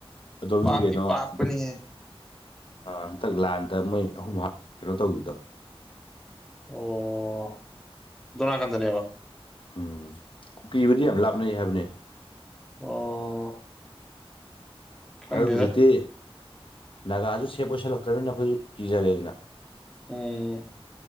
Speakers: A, on the left; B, in the centre.
A: ꯑꯗꯨꯣꯝꯗꯤ
B: ꯄꯥꯛꯇꯤ
A: ꯀꯩꯅꯣꯗ
B: ꯄꯥꯛꯄꯅꯤꯍꯦ
A: ꯍꯟꯇꯛ ꯂꯥꯟꯗ ꯃꯣꯏ ꯑꯍꯨꯝ ꯀꯩꯅꯣ ꯇꯧꯈꯤꯕꯗꯣ
B: ꯑꯣ ꯑꯗꯨꯨꯅꯥ ꯀꯟꯗꯅꯦꯕ
A: ꯎꯝ ꯄꯤꯕꯗꯤ ꯌꯥꯝ ꯂꯥꯞꯅꯩ ꯍꯥꯏꯕꯅꯦ
B: ꯑꯣ ꯈꯪꯗꯦꯗ
A: ꯑꯖꯖꯤꯇꯤ ꯅꯥꯒꯥꯗꯨ ꯁꯦ ꯄꯣꯏꯁꯜꯂꯛꯇ꯭ꯔꯕꯅꯤꯅ ꯑꯩꯈꯣꯏ ꯀꯤꯖꯔꯦꯗꯅ
B: ꯎꯝ